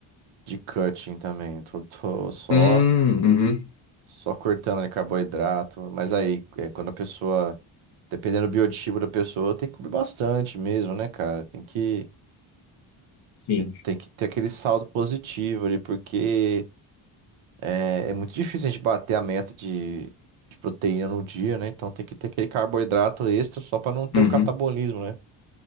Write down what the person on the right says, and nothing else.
de cutting também. Tô, tô só,
só cortando ali carboidrato. Mas aí, é, quando a pessoa, dependendo do biotipo da pessoa, tem que comer bastante mesmo, né, cara? Tem que
que tem que ter aquele saldo positivo ali, porque é, é muito difícil a gente bater a meta de, de proteína no dia, né? Então tem que ter aquele carboidrato extra só para não ter
o catabolismo, né?